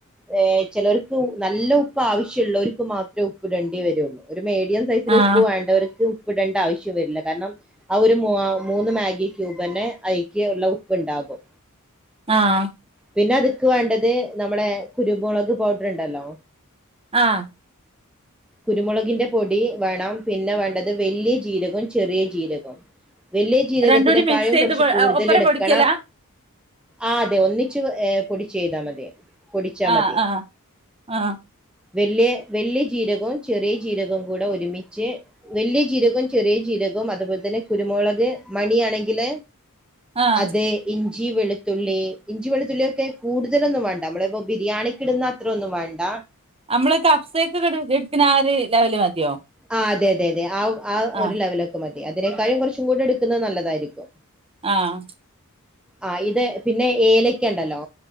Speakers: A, in the centre; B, on the right (about 25°).
A: ഏ ചെലർക്ക് നല്ല ഉപ്പ് ആവശ്യമുള്ളർക്ക് മാത്രമേ ഉപ്പി ടേണ്ടേ വരുള്ളൂ. ഒരു മേഡിയം സൈസില്
B: ആഹ്
A: ഉപ്പ് വേണ്ടവർക്ക് ഉപ്പ് ഇടേണ്ട ആവശ്യം വരില്ല കാരണം അ ഒരു മൂന്ന് മാഗി ക്യൂബന്നെ അയ്ക്ക് ഉള്ള ഉപ്പ്ണ്ടാകും.
B: ആഹ
A: പിന്നെ അതുക്ക് വേണ്ടത് നമ്മുടെ കുരു മുളക് പൗഡർണ്ടല്ലോ
B: ആഹ
A: കുരുമുളകിന്റെ പൊടി വേണം പിന്നെ വേണ്ടത് വലിയ ജീരകും ചെറിയ ജീരകം വലിയ ജീരകത്തിനെക്കാളും
B: രണ്ടൂടി മിക്സ് ചെയ്ത്
A: കുറച്ച് കൂടുതൽ
B: ഒപ്പരം
A: എടുക്കണം.
B: പൊടിക്കലാ
A: ആ അതെ ഒന്നിച്ച് ഏ പൊടിചെയ്താ മതി. പൊടിച്ചാ
B: ആഹ്
A: മതി.
B: ആഹ് ആഹ്
A: വല്യ വല്യ ജീരകും ചെറിയ ജീരകും കൂടെ ഒരുമിച്ച് വല്യ ജീരകും ചെറിയ ജീരകും അതുപോലെ തന്നെ കുരുമുളക് മണിയാണെങ്കില്
B: ആഹ്
A: അതെ ഇഞ്ചി വെളുത്തുള്ളി ഇഞ്ചി വെത്തുള്ളിയൊക്കെ കൂടുതലൊന്നും വേണ്ട നമ്മളിപ്പോ ബിരിയാണിക്ക് ഇടുന്ന അത്ര ഒന്നും വേണ്ട
B: നമ്മള് കഫ്സൊക്കെ എടുക്കുന്ന ആ ഒരു ലെവല് മതിയോ?
A: ആ അതെ അതെ അതെ ആ ആ
B: ആഹ്
A: ഒരു ലെവലൊക്കെ മതി അതിനേക്കാളും കുറച്ചും കൂടി എടുക്കുന്നത് നല്ലതായിരിക്കും.
B: ആഹ
A: ആ ഇത് പിന്നെ ഏലക്കണ്ടല്ലോ